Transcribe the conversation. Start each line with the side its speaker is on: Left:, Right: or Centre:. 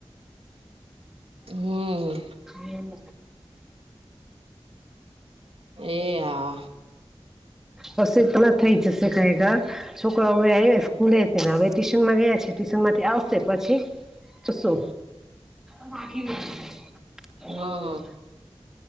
Right: હમ્મ
Centre: હમ્મ
Right: એ હા
Centre: બસ ઈતના થઈ જશે ગાએ ગા છોકરાઓ હવે સ્કૂલે ને હવે ટ્યુશન માં ગયા છે ટ્યુશન માંથી આવશે પછી છસો <unintelligible>
Right: હા